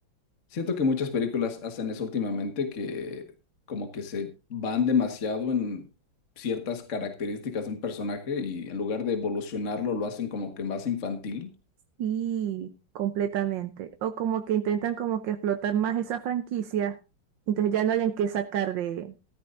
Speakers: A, on the left (about 40°); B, on the right (about 75°).
A: Siento que muchas películas hacen eso últimamente, que como que se van demasiado en ciertas características de un personaje y en lugar de evolucionarlo lo hacen como que más infantil.
B: Y completamente. O como que intentan como que explotar más esa franquicia, entonces ya no hayan que sacar de,